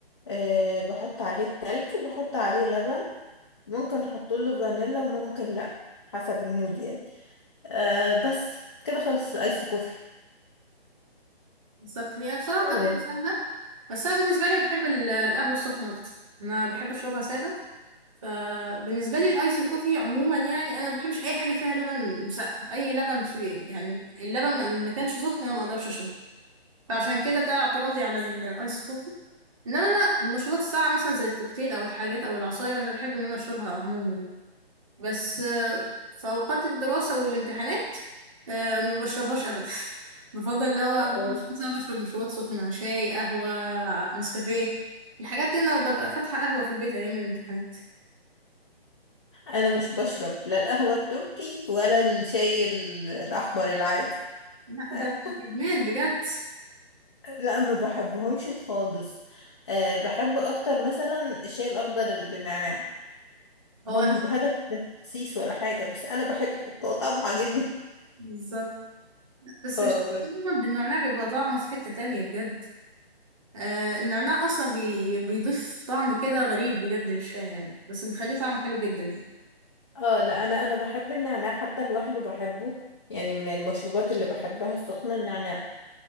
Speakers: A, on the left (about 30°); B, on the right (about 30°).
A: آه بحط عليه التلج وبحط عليه لبن ممكن احط له فانيلا وممكن لا حسب المود يعني آه بس كده خلص الايس كوفي
B: بالظبط هي بصراحة
A: آه
B: طريقته سهلة بس أنا بالنسبة لي بحب ال- القهوة السخنة أكتر أنا بحب أشربها سادة فبالنسبة لي الأيس كوفي عموما يعني أنا ما بحبش أي حاجة فيها لبن مسقع أي لبن في يعني اللبن ما ما كانش سخن أنا ما أقدرش أشربه فعشان كده ده اعتراضي على الأيس كوفي إنما أنا المشروبات الساقعة مثلا زي الكوكتيل أو الحاجات أو العصاير أنا بحب إن أنا أشربها عموما يعني. بس آه، في أوقات الدراسة والامتحانات آه، ما بشربهاش أبدا <laughs> بفضل اللي هو 24
A: آه،
B: ساعة بشرب مشروبات سخنة شاي قهوة نسكافيه الحاجات دي أنا ببقى فاتحة قهوة في البيت أيام الامتحانات
A: انا مش بشرب لا القهوة التركي ولا الشاي ال- الاحمر العادي
B: لا
A: <laughs>
B: ده إدمان بجد
A: لا ما بحبهمش خالص أه بحب اكتر مثلا الشاي الاخضر اللي بالنعناع
B: هو
A: هو مش بهدف تخسيس ولا حاجة بس أنا بحبه هو طعمه عاجبني
B: بالظبط بس
A: اه
B: الشاي
A: بس
B: عموماً بالنعناع بيبقى طعمه في حتة تانية بجد آه النعناع أصلا بي... بيضيف طعم كده غريب بجد للشاي يعني بس بيخليه طعمه حلو جدا يعني
A: اه لا أنا أنا بحب النعناع حتى لوحده بحبه يعني من المشروبات اللي بحبها السخنة النعناع